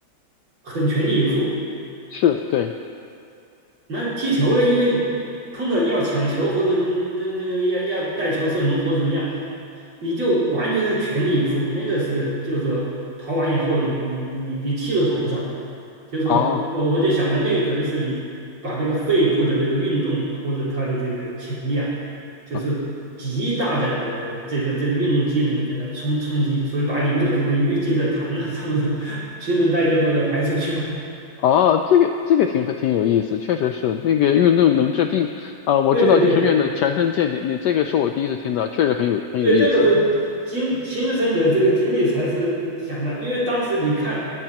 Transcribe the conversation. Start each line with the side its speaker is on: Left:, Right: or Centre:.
Right: 很全力以赴。
Left: 是对
Right: 那踢球呢，因为碰到要抢球或者那那个要要带球射门或者怎么样，你就完全是全力以赴，那个是就是说跑完以后你你你你你气都喘不上来，就是说我我就想着那个可能是你把那个肺部的这个运动或者它的这个潜力啊，
Left: 啊
Right: 就是极大的这个这个运动机能给它冲冲击，
Left: 啊
Right: 所以把里面的可能淤积的痰啊什么的，<laughs> 新陈代谢都给排出去了。
Left: 哦，这个这个挺和挺有意思，确实是那个运动能治病啊，
Right: <laughs>
Left: 我知道就是运动强身健体，
Right: 对对对，
Left: 你这个是我第一次听到，确实很有很有意思。
Right: 对，这个是经亲身的这个经历才是想的，因为当时你看，